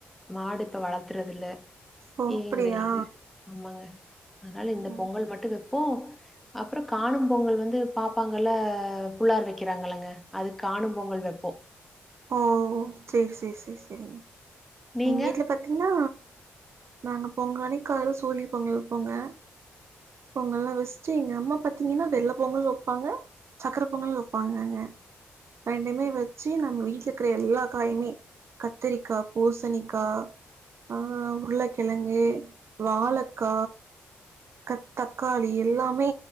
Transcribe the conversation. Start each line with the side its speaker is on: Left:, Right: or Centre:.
Centre: மாடு இப்ப வளர்த்துறதில்ல
Right: ஓ
Centre: ஏங்கிறல்
Right: அப்டியா
Centre: ஆமாங்க அதனால
Right: ம்ஹும்
Centre: இந்த பொங்கல் மட்டு வெப்போ அப்புறோ காணு பொங்கல் வந்து பாப்பாங்கல்ல புள்ளார் வைக்கிறாங்களங்க அதுக் காணும் பொங்கல் வெப்போ
Right: ஓ செர் செர் செர் செரிங்க
Centre: நீங்க?
Right: எங்க வீட்ல பாத்தீங்கன்னா நாங்க பொங்காளி காலைல சூரிய பொங்கல் வைப்போங்க பொங்கல்லா வச்சுட்டு எங்க அம்மா பாத்தீங்கன்னா வெள்ள பொங்கல் வைப்பாங்க சக்கர பொங்கல் வைப்பாங்கங்க ரெண்டுமே வச்சு நம்ம வீட்ல இருக்குற எல்லா காயுமே கத்திரிக்கா பூசணிக்கா ஆ உருளைக்கிழங்கு வாழக்கா தக் தக்காளி எல்லாமே